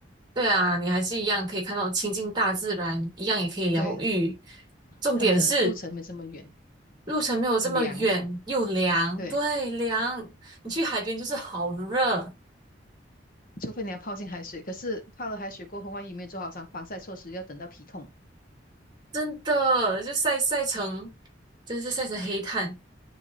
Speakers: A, on the right; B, on the left.
A: 对啊，你还是一样可以看到亲近大自然，一样也可以疗愈。
B: 对，
A: 重点是
B: 它的路程没这么远，
A: 路程没有这么远，
B: 凉，
A: 又凉，
B: 对，
A: 对，凉。你去海边就是好热，
B: 除非你要泡进海水，可是泡了海水过后，万一没有做好防防晒措施，要等到皮痛。
A: 真的，就晒晒成，真是晒成黑炭。